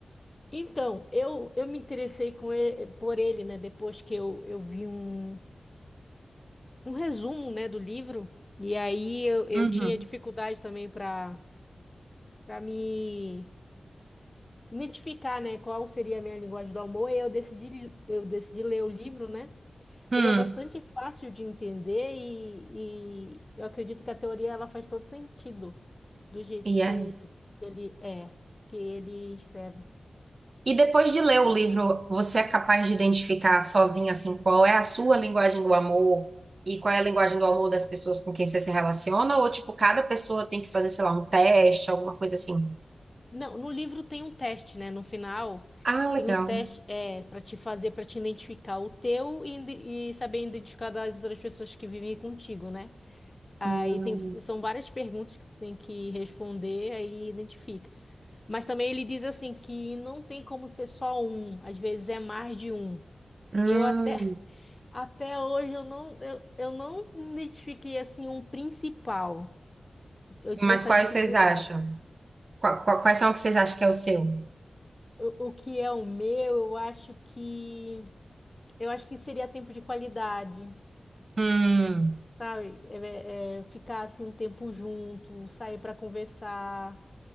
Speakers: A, on the left; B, on the right.
A: Então, eu, eu me interessei com ele- por ele, né? Depois que eu, eu vi um, um resumo, né, do livro. E aí eu, eu
B: Uhum.
A: tinha dificuldade também para para me identificar, né, qual seria a minha linguagem do amor. E aí eu decidi, eu decidi ler o livro, né?
B: Hum.
A: Ele é bastante fácil de entender e, e eu acredito que a teoria ela faz todo sentido do jeito
B: E
A: que
B: é?
A: ele é, que ele escreve.
B: E depois de ler o livro, você é capaz de identificar sozinha assim qual é a sua linguagem do amor e qual é a linguagem do amor das pessoas com quem você se relaciona? Ou tipo, cada pessoa tem que fazer, sei lá, um teste, alguma coisa assim?
A: Não, no livro tem um teste, né? No final
B: Ah, legal.
A: tem um teste é para te fazer para te identificar o teu e, ide- e saber identificar das outras pessoas que vivem contigo, né? Aí
B: Hum,
A: tem são várias perguntas que tu tem que responder aí identifica. Mas também ele diz assim que não tem como ser só um, às vezes é mais de um.
B: hum.
A: Eu até <laughs> até hoje eu não eu, eu não identifiquei assim um principal. Eu tive
B: Mas
A: essa
B: quais
A: dificuldade.
B: vocês acham? Qua- qua- Quais são que vocês acham que é o seu?
A: O, o que é o meu, eu acho que Eu acho que seria tempo de qualidade,
B: Hum,
A: sabe? É- é, é ficar assim um tempo junto, sair para conversar,